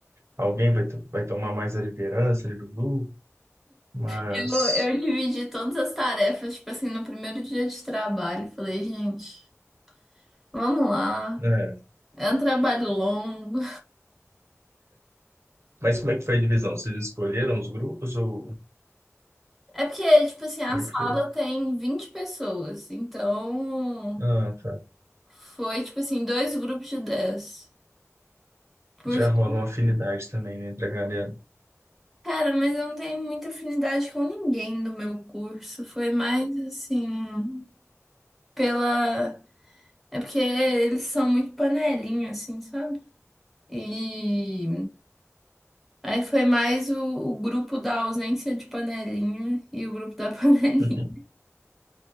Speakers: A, on the right (about 60°); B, in the centre.
A: Alguém vai, to- vai tomar mais a liderança ali do grupo, mas.
B: Eu, eu dividi todas as tarefas, tipo assim, no primeiro dia de trabalho. Falei, gente, vamos lá.
A: É.
B: É um trabalho longo.
A: Mas como é que foi a divisão? Vocês escolheram os grupos ou
B: É porque, tipo assim, a
A: como
B: sala
A: é que foi?
B: tem 20 pessoas, então
A: Ah, tá.
B: foi, tipo assim, dois grupos de dez Porque,
A: Já rola uma afinidade também, né, entre a galera.
B: cara, mas eu não tenho muita afinidade com ninguém do meu curso. Foi mais, assim, pela É porque eles são muito panelinha, assim, sabe? E aí foi mais o, o grupo da ausência de panelinha e o grupo da <laughs> panelinha.
A: <laughs>